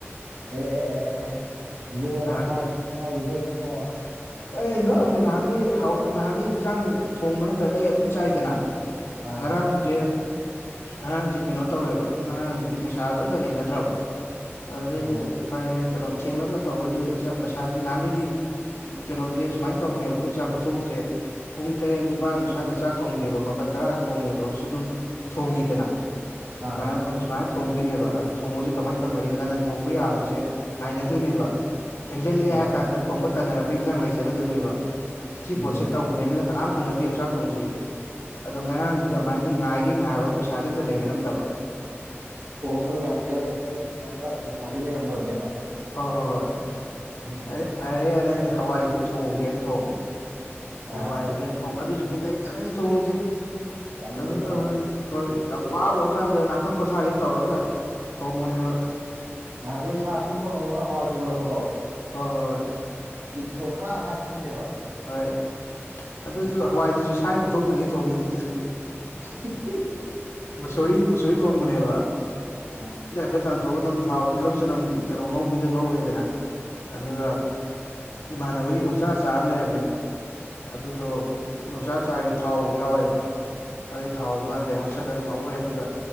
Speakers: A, on the right (about 70°); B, on the left (about 75°).
A: ꯑꯦ ꯑꯦ ꯑꯦ ꯏꯕꯨꯡꯉꯣ
B: ꯅꯍꯥꯟ
A: ꯅꯁꯥ ꯁꯛꯇꯗꯨꯒ ꯏꯕꯨꯡꯉꯣ
B: ꯑꯩ ꯉꯛꯑꯕꯅꯦ
A: ꯑꯆꯧ
B: ꯅꯍꯥꯟꯒꯩ ꯍꯥ ꯅꯍꯥꯟꯒꯩ ꯏꯟꯖꯥꯡ ꯊꯣꯡꯕ ꯅꯠꯇ꯭ꯔ ꯂꯩꯔ ꯑꯗꯨꯝ ꯆꯥꯏꯗꯅ
A: ꯑꯥ
B: ꯉꯔꯥꯡꯖꯦ ꯉꯔꯥꯡꯖꯦ ꯀꯩꯅꯣ ꯇꯧꯋꯦꯕ ꯉꯔꯥꯡꯖꯤꯗꯤ ꯄꯩꯁꯥꯖꯨ ꯑꯝꯇ ꯂꯩꯅꯗ꯭ꯔꯕ ꯑꯗꯨꯗꯩꯗꯤ
A: ꯑꯣ
B: ꯐꯔꯦ ꯀꯩꯅꯣ ꯊꯦꯡꯂꯥꯞꯅ ꯇꯧꯕꯩꯖꯤꯗ ꯏꯟꯖꯥꯡ ꯄꯩꯁꯥꯖꯤ ꯅꯍꯥꯟꯒꯩꯗꯤ ꯀꯩꯅꯣꯖꯦ ꯁꯨꯃꯥꯏ ꯇꯧꯅꯦꯕ ꯑꯈꯣꯏ ꯆꯥꯛ ꯈꯨꯊꯣꯡꯖꯦ ꯄꯨꯡ ꯇꯔꯦꯠ ꯅꯤꯄꯥꯜ ꯁ꯭ꯋꯥꯏꯗ ꯆꯥꯛ ꯊꯣꯡꯗꯦꯕ ꯃꯥꯄꯜ ꯇꯔꯥꯗ ꯊꯣꯡꯉꯦꯕ ꯍꯧꯖꯤꯛꯁꯨ ꯑꯗꯨꯝ ꯊꯣꯡꯉꯤꯗꯅ
A: ꯑꯥ
B: ꯁꯨꯃꯥꯏ ꯑꯗꯨꯝ ꯁꯨꯃꯥꯏ ꯊꯣꯡꯗꯣꯏꯅꯦꯕ ꯑꯗꯨ ꯊꯣꯡꯕꯖꯦ ꯀꯃꯥꯏꯅ ꯇꯧꯅꯒꯦꯗ ꯉꯥꯟꯅ ꯊꯣꯡꯕ ꯌꯥꯕꯖꯦ ꯉꯥꯏꯅꯗꯣꯏꯅꯦꯕ ꯊꯦꯡꯖꯜꯂꯛꯑꯦ
A: ꯑꯥ
B: ꯍꯥꯏꯀꯥꯟꯗ ꯊꯣꯡꯕ ꯇꯥꯟꯅꯔꯛꯄꯩ ꯏꯟꯖꯥꯡ ꯂꯩ ꯆꯥꯠꯅꯗꯣꯏꯅꯦꯕ ꯁꯤ
A: ꯎꯝ
B: ꯄꯣꯠꯁꯦ ꯇꯧꯕꯅꯦ ꯑꯗꯨꯅ ꯀꯅꯥꯝ ꯍꯧꯅꯗꯦꯕ ꯆꯥꯛ ꯊꯣꯡꯖꯦꯖꯦ ꯑꯗꯣ ꯉꯔꯥꯡ ꯑꯗꯨꯃꯥꯏꯅꯗꯤ ꯉꯥꯏꯒꯩ ꯉꯥꯏꯔꯨꯒ ꯄꯩꯁꯥꯖꯦ ꯑꯝꯇ ꯂꯩꯅꯔꯥꯝꯗꯕ
A: ꯑꯣ ꯃꯣꯏ ꯃꯌꯥꯝꯖꯦ <unintelligible> ꯄꯩꯁꯥꯖꯦ ꯂꯩꯔꯝꯗꯕꯅꯦꯕ
B: ꯍꯣꯏ ꯍꯣꯏ ꯍꯣꯏ
A: <unintelligible>
B: ꯑꯗꯩ ꯐꯔꯦꯅ ꯑꯩꯖꯦ ꯍꯋꯥꯏꯖꯦ ꯊꯣꯡꯒꯦꯅ ꯊꯣꯡꯉꯦ
A: ꯑꯥ
B: ꯍꯋꯥꯏꯖꯦ ꯊꯣꯡ ꯑꯗꯨꯖꯨ ꯕꯤꯠ ꯂꯩꯇꯅꯅꯤ ꯊꯣꯡꯉꯤꯖꯦ
A: ꯌꯥꯝꯗꯤ
B: ꯀꯩꯅꯣ
A: ꯂꯩꯇꯅ
B: ꯇꯧꯕꯩ ꯍꯣꯏ ꯌꯥꯝ ꯋꯥꯔꯨꯔꯀꯥꯟꯗ ꯅ ꯉꯥꯛꯇꯪ ꯄꯣꯊꯥꯒꯦ ꯇꯧꯔꯒ ꯊꯣꯡꯕꯅꯦꯕ
A: ꯅꯍꯥꯟꯒꯩ ꯁꯥ ꯁꯨꯝ ꯊꯪꯉꯥꯝꯃꯒ ꯍꯋꯥꯏ ꯊꯣꯡꯒꯠꯂꯥꯛꯄꯗꯣ
B: ꯍꯣꯏ ꯍꯣꯏ ꯍꯣꯏ
A: ꯒꯤꯠꯇꯣ ꯈꯪꯍꯥꯠ ꯍꯥꯠꯈꯤꯕꯅꯦꯕ
B: ꯍꯣꯏ ꯑꯗꯨꯖꯨ
A: ꯎꯝ
B: ꯍꯋꯥꯏꯗꯨꯖꯨ ꯁꯥꯒꯤ ꯈꯨꯊꯣꯡꯗꯅꯦ ꯊꯣꯡꯉꯤꯖꯤꯖꯨ
A: <unintelligible>
B: ꯃꯨꯁꯣꯔꯤ ꯃꯨꯁꯣꯔꯤ ꯊꯣꯡꯕꯅꯦꯕ
A: ꯑꯥ
B: <unintelligible> ꯊꯣꯛꯉꯥ ꯑꯗꯨꯝ ꯊꯥꯎ ꯇꯤꯜꯂꯧ ꯆꯅꯝ ꯀꯩꯅꯣ ꯉꯧꯕꯤꯗ ꯉꯧꯔꯦꯗꯅ ꯑꯗꯨꯒ
A: ꯎꯝ
B: ꯏꯃꯥꯟꯅꯕꯒꯤ ꯌꯣꯡꯆꯥꯛ ꯑꯆꯥꯔ ꯑꯃ ꯂꯩꯔꯝ ꯃꯦ ꯑꯗꯨꯗꯣ ꯌꯣꯡꯆꯥꯛ ꯑꯆꯥꯔꯒꯤ ꯊꯥꯎ ꯌꯥꯎꯋꯦꯕ ꯑꯗꯨꯏ ꯊꯥꯎꯗꯣ ꯍꯥꯏꯐꯦꯠ ꯍꯥꯞꯆꯤꯜꯂ ꯉꯧꯔꯦ ꯑꯗꯨꯒ